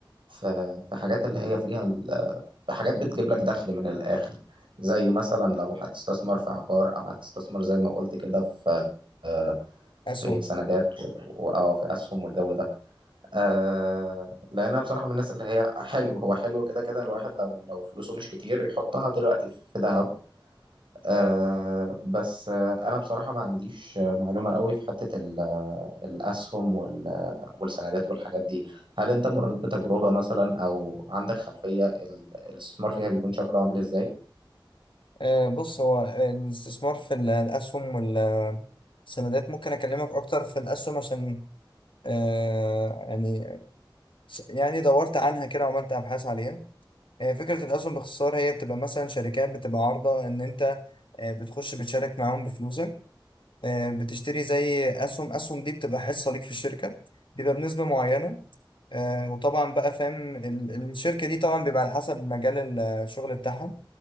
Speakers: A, on the right; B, on the left.
A: في في حاجات اللي هي فيها ال- حاجات بتجيب لك دخل من الآخر زي مثلا لو هتستثمر في عقار أو هتستثمر زي ما قلت كده في آه،
B: أسهم
A: في سندات و- و- أو في أسهم والجو ده آه لأنها بصراحة من الناس اللي هي حلو هو حلو كده كده الواحد لو لو فلوسه مش كتير يحطها دلوقتي في في ذهب آه بس آه أنا بصراحة ما عنديش آه، معلومة قوي في حتة ال- آه، الأسهم وال- والسندات والحاجات دي هل أنت مريت بتجربة مثلا أو عندك خلفية ال- الاستثمار فيها بيكون شكله عامل إزاي؟
B: آه، بص هو الاستثمار في ال- الأسهم والسندات ممكن أكلمك أكتر في الأسهم عشان آه يعني يعني دورت عنها كده وعملت ابحاث عليها آه فكره الاسهم باختصار هي بتبقى مثلا شركات بتبقى عارضه ان انت آه بتخش بتشارك معاهم بفلوسك آه بتشتري زي اسهم اسهم دي بتبقى حصه ليك في الشركه بيبقى بنسبه معينه آه، وطبعا بقى فاهم ال- الشركة دي طبعا بيبقى على حسب مجال الشغل بتاعها